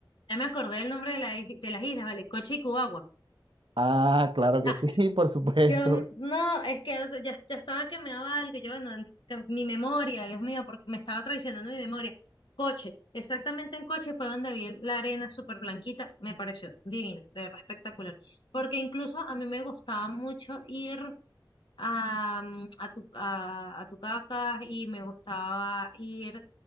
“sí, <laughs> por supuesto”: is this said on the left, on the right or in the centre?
Right